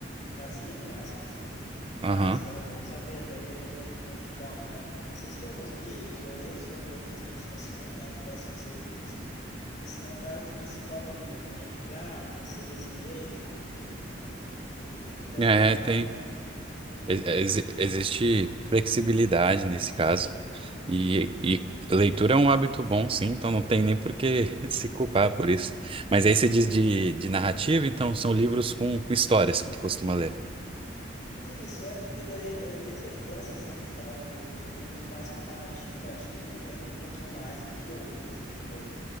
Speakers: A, on the left; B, on the right.
A: vazia, entre aspas, né? Mas
B: Aham.
A: bom, bom saber, até vou de repente dar uma assistir alguns vídeos ou ler sobre outras meditações, né, que possam ser úteis. Porque senão o cara também se cobra muito, né? De que, ah, tem que ser desse jeito, tem que... Enfim, daí
B: É,
A: acaba
B: tem.
A: não influindo,
B: ex-
A: né?
B: ex- existe flexibilidade nesse caso. E, e leitura é um hábito bom, sim, então não tem nem por que <laughs> se culpar por isso. Mas aí você diz de, de narrativa, então são livros com, com histórias que tu costuma ler.
A: Isso, é porque daí, é, desde a infância, assim, eu gostava de ler livros mais com narrativa, acho que me prende um pouquinho mais do que outros, entendeu?